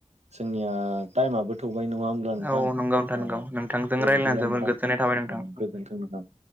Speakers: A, on the right (about 70°); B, on the right (about 15°).
A: जोंनिया टाइमाबो थौबाय नङा होम नोंथां
B: औ नंगौ नोंथां नंगौ
A: औ
B: नोंथांजों
A: दे
B: रायज्लायना
A: बिदिब्ला
B: जोबोर
A: नोंथां
B: गोजोननाय थाबाय नोंथां
A: औ गोजोन्थों नोंथां।